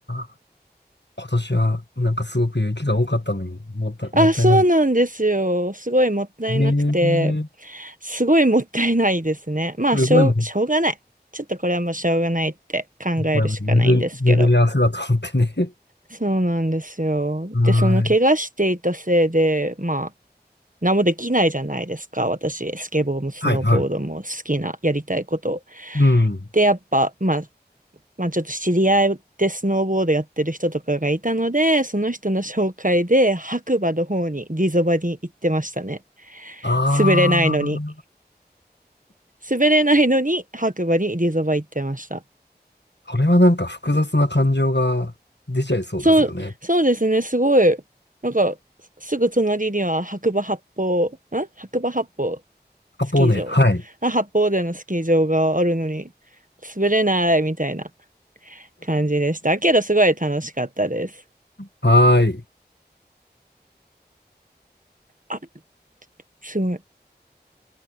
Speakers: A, on the left; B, on the right.
A: あ、今年は、なんかすごく雪が多かったのに、もったい、
B: あ、
A: もったいなく。
B: そうなんですよ。すごいもったいなくて、
A: えー、
B: すごいもったいないですね。まあ、
A: すごいもん。
B: しょう、しょうがない。ちょっとこれはもうしょうがないって考えるしかないんですけど。
A: これは巡り、巡り合わせだと思ってね。
B: そうなんですよ。
A: <laughs> はい。
B: で、その怪我していたせいで、まあ、何もできないじゃないですか。私、スケボーもスノーボードも好きな、
A: はい、はい。
B: やりたいこと。
A: うん。
B: で、やっぱ、まあ、まあ、ちょっと知り合いでスノーボードやってる人とかがいたので、その人の紹介で白馬の方に、リゾバに行ってましたね。
A: ああ、
B: 滑れないのに。滑れないのに白馬にリゾバ行ってました。
A: これはなんか複雑な感情が出ちゃいそうですよね。
B: そう、そうですね、すごい。なんか、すぐ隣には白馬八方、ん白馬八方
A: カポーネ、
B: スキー場。
A: はい。
B: あ、八方でのスキー場があるのに、滑れないみたいな感じでした。けど、すごい楽しかったです。
A: はい。
B: あ、すごい。